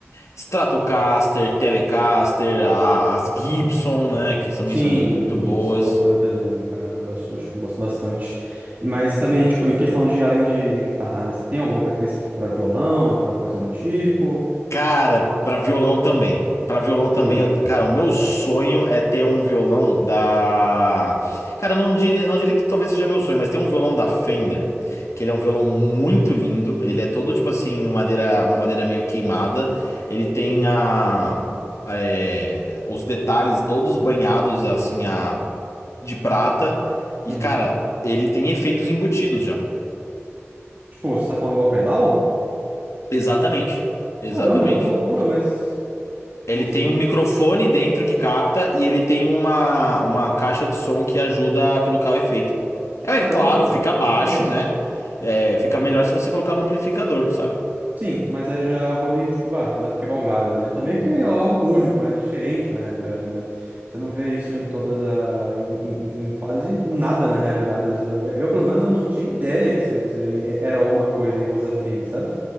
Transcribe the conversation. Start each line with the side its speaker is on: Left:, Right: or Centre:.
Left: Stratocaster, Telecaster, a- as Gibson, né? Que também
Right: Sim,
Left: são muito boas.
Right: Gibson são bonitas mesmo, cara. Eu gosto, eu acho que eu gosto bastante. E mas também, tipo, em questão de além de, de guitarra, né? Você tem alguma preferência tipo, para violão, pra coisa do tipo?
Left: Cara, pra violão também. Pra violão
Right: Hum,
Left: também, eu- cara, o meu sonho é ter um violão da. Cara, eu não diria, não diria que talvez seja meu sonho, mas tem um violão da Fender, que ele é um violão muito lindo. Ele é todo tipo assim, madeira, uma madeira meio queimada. Ele tem a, é, os detalhes todos banhados assim a de prata. E
Right: uhum.
Left: cara, ele tem efeitos embutidos já.
Right: Tipo, você tá falando igual pedal?
Left: Exatamente. Exatamente.
Right: Caramba, que loucura, mas
Left: Ele
Right: nossa,
Left: tem
Right: como
Left: um
Right: é
Left: microfone
Right: que isso?
Left: dentro que capta e ele tem uma, uma caixa de som que ajuda a colocar o efeito. É
Right: Caramba,
Left: é claro, fica baixo,
Right: que legal.
Left: né? É, fica melhor se você colocar um amplificador, sabe?
Right: Sim, mas aí já é algo ali, tipo, ah, dá pra quebrar um galho, né? Também que é algo único, né? Diferente, na realidade, né? Você não vê isso em todas a... em, em- em quase nada, na realidade, né? Você- Eu, eu, pelo menos, eu não tinha ideia que isso aí isso aí era uma coisa e was a thing, sabe?